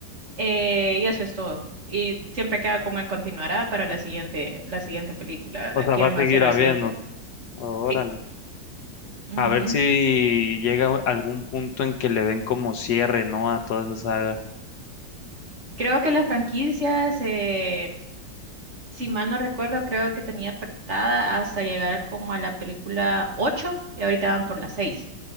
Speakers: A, on the right; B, on the left.
A: eh, y eso es todo. Y siempre queda como en continuará para la siguiente, la siguiente película, ¿verdad?
B: O sea,
A: ¿Quién
B: va a seguir
A: va a ser
B: habiendo,
A: el siguiente?
B: órale.
A: Sí. Ujú.
B: A ver si llega algún punto en que le den como cierre, ¿no? A toda esa saga.
A: Creo que la franquicia se, si mal no recuerdo, creo que tenía pactada hasta llegar como a la película 8 y ahorita van por la 6.